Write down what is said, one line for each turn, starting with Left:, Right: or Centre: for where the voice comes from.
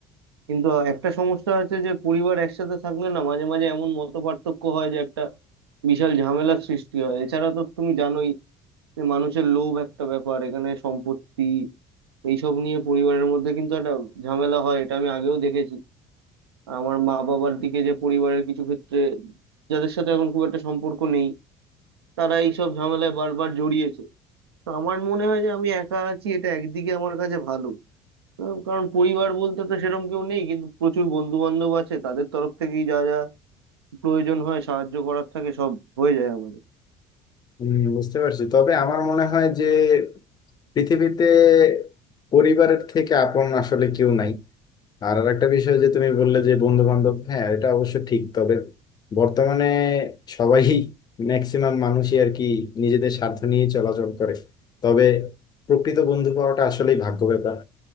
Right: কিন্তু একটা সমস্যা আছে যে পরিবার একসাথে থাকলে না মাঝে মাঝে এমন মতপার্থক্য হয় যে একটা বিশাল ঝামেলার সৃষ্টি হয় এছাড়া তো তুমি জানোই যে মানুষের লোভ একটা ব্যাপার এখানে সম্পত্তি এইসব নিয়ে পরিবারের মধ্যে কিন্তু একটা ঝামেলা হয় এটা আমি আগেও দেখেছি আর আমার মা বাবার দিকে যে পরিবারের কিছু ক্ষেত্রে যাদের সাথে এখন খুব একটা সম্পর্ক নেই তারা এইসব ঝামেলায় বারবার জড়িয়েছে তো আমার মনে হয় যে আমি একা আছি এটা একদিকে আমার কাছে ভালো আহ, কারণ পরিবার বলতে তো সেরকম কেউ নেই কিন্তু প্রচুর বন্ধু বান্ধব আছে তাদের তরফ থেকেই যা যা প্রয়োজন হয় সাহায্য করার থাকে সব হয়ে যায় আমাদের
Left: উম, বুঝতে পারছি তবে আমার মনে হয় যে পৃথিবীতে পরিবারের থেকে আপন আসলে কেউ নাই আর আরেকটা বিষয় যে তুমি বললে যে বন্ধু বান্ধব হ্যাঁ এটা অবশ্য ঠিক তবে বর্তমানে সবাই ম্যাক্সিমাম মানুষই আর কি নিজেদের স্বার্থ নিয়ে চলাচল করে তবে প্রকৃত বন্ধু পাওয়াটা আসলেই ভাগ্য ব্যাপার